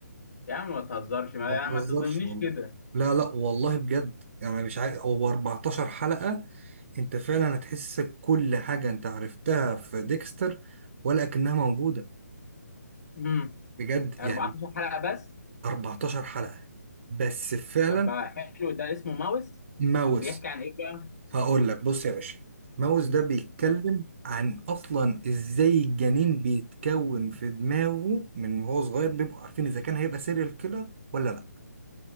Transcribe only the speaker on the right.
ما
بهزرش
والله
لا لا والله بجد يعني مش عارف هو 14 حلقة أنت فعلا هتحس كل حاجة أنت عرفتها في ديكستر ولكنها موجودة
بجد
يعني
14 حلقة بس فعلا
ماوس
هقول لك بص يا باشا ماوس ده بيتكلم
عن اصلا ازاي الجنين بيتكون في دماغه من وهو صغير بيبقوا عارفين اذا كان هيبقى سيريال كيلر ولا لا